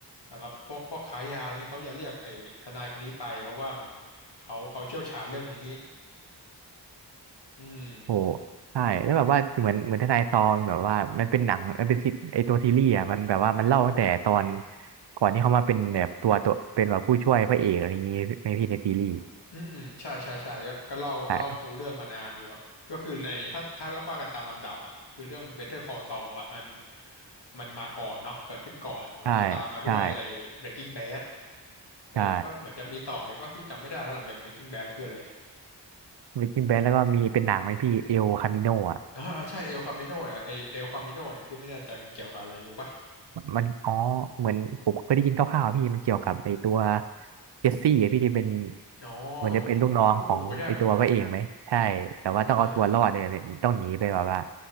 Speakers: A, on the left; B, on the right.
A: สำหรับพวกพวกค้ายาอะไรเงี้ยเขาจะเรียกไอทนายคนนี้ไปเพราะว่าเหมือนเขาเขาเชี่ยวชาญเรื่องนี้อืม
B: โหใช่แล้วแบบว่าเหมือนเหมือนทนายซอมแบบว่ามันเป็นหนังมันเป็นซีไอตัวซีรีส์อ่ะมันแบบว่ามันเล่าตั้งแต่ตอนก่อนที่เขามาเป็นแบบตัวตัวเป็นแบบผู้ช่วยพระเอกอะไรอย่างงี้ในพี่ในซีรีส์
A: อืมอืมใช่ใช่ใช่ก็ก็เล่าเล่าปูเรื่องมานานอยู่อะก็คือในถ้าถ้าว่ากันตามลำดับอะคือเรื่อง
B: ใช่
A: Better Call Saul อะมันมันมาก่อนเนาะเกิดขึ้นก่อนแล้วก็ตามมาด้วยไอ้
B: ใช่ใช่
A: Breaking Bad เออแล้วก็เหมือนจะมีต่ออีกว่าพี่จำไม่ได้แล้วหลังจาก
B: ใช่
A: Breaking Bad คืออะไร
B: เบกกิ้งแบนแล้วก็มีเป็นหนังไหมพี่เอลคามิโนอ่ะ
A: อ่าใช่เอลคาเมโนแหละไอเอลคาเมโนเนี่ยพี่ไม่แน่ใจมันเกี่ยวกับอะไรรู้ป่ะ
B: มันอ๋อเหมือนผมเคยได้ยินคร่าวๆอะพี่มันเกี่ยวกับไอตัวเจสซี่อะพี่ที่เป็น
A: อ๋อเป็นคู่หูใช่ปะ
B: เหมือนจะเป็นลูกน้องของไอตัวพระเอกไหมใช่แต่ว่าต้องเอาตัวรอดเนี่ยต้องหนีไปแบบว่า
A: อ่าอ่าอ่า